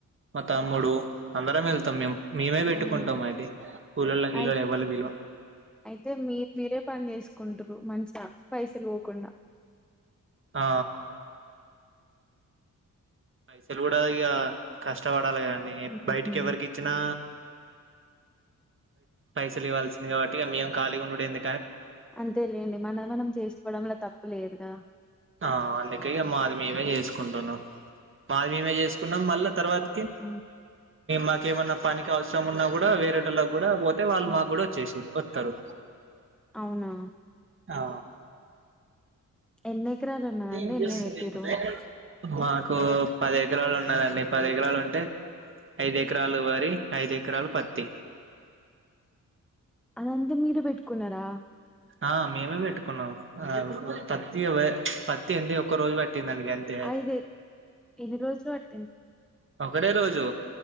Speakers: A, on the right; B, in the centre.
A: మా తమ్ముడు అందరం వెళ్తాం మేమ్ మేమే
B: అవునా
A: పెట్టుకుంటాం అది కూలోల్ల గిలోల్లన్
B: అయి
A: ఎవ్వల్ని పిలువం
B: అయితే మీర్ మీరే పని చేసుకుంటురు మంచిగా పైసలు పోకుండా
A: ఆ పైసలు కూడా ఇగ కష్టపడాలి కదండి
B: ఉహు.
A: బయటికి ఎవ్వరికిచ్చినా పైసలు ఇవ్వాల్సింది కాబట్టి మేము ఖాళీగా ఉండుడేందు
B: అంతే లేండి మనది మనం చేసుకోవడంలో తప్పు లేదుగద
A: ఆ అందుకేగా మాది మేమే చేసుకుంటున్నాం, మాది మేమే చేసుకున్నాం మళ్ళా తర్వాతి కి
B: ఉమ్,
A: మాకేమన్నా పనికి అవసరం ఉన్నా కూడా వేరేటోళ్ళకి కూడా పోతే వాళ్ళు మాకు కూడా వచ్చేసిర్రు వత్తరు
B: అవునా
A: ఆ
B: ఎన్ని. ఎకరాలు ఉన్నదండి
A: ఇ వి
B: ఎన్ని
A: స్ సబ్జెక్టు
B: పెట్టిరు
A: ఇస్ ప్రాక్టికల్. మాకు పది ఎకరాలు ఉన్నదండి. పది ఎకరాలు ఉంటే ఐదు ఎకరాలు వరి, ఐదు ఎకరాలు పత్తి.
B: అదంతా మీరె పెట్టుకున్నారా.
A: ఆ మేమే పెట్టుకున్నాము. పత్తి, పత్తి ఎండి ఒక రోజు పట్టి పట్టిందండి గంతే.
B: ఐదు ఎన్ని రోజులు పట్టింది
A: ఒకటె రోజు.